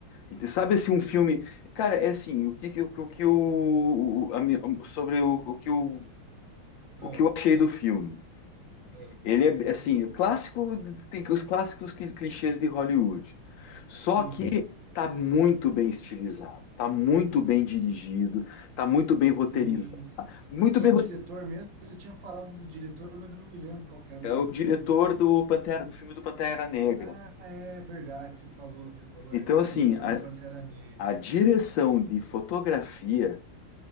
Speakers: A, on the left (about 70°); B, on the right (about 70°).
A: Então, sabe assim, um filme. Cara, é assim, o que, o, que- o que o. a mi- sobre o, o que o,
B: Ah,
A: o que eu achei do filme.
B: ah,
A: Ele é assim, o clássico, tem os clássicos cli- clichês de Hollywood. Só
B: sim,
A: que tá muito bem estilizado, tá muito bem dirigido, tá muito bem roteirizado.
B: sim.
A: Muito
B: Quem que
A: bem
B: é o diretor mesmo? Você tinha falado do diretor, mas eu não me lembro qual que era
A: é
B: o diretor,
A: o diretor
B: cara.
A: do Pantera, do filme do Pantera Negra.
B: Ah, é verdade, você falou, você falou,
A: Então,
B: é diretor
A: assim, a,
B: do Pantera Negra.
A: a direção de fotografia